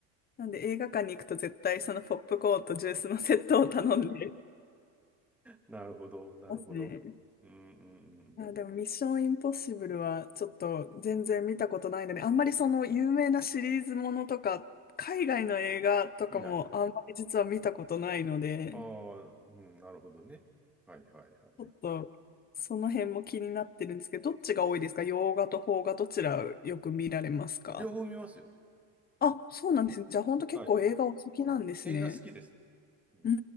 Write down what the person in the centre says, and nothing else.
なるほど、なるほど。
うん、うん、うんうん。
見ない。ああ、うん、なるほどね。はい、はい、はい、はい。
両方見ますよ。
はい。映画好きですね。うん。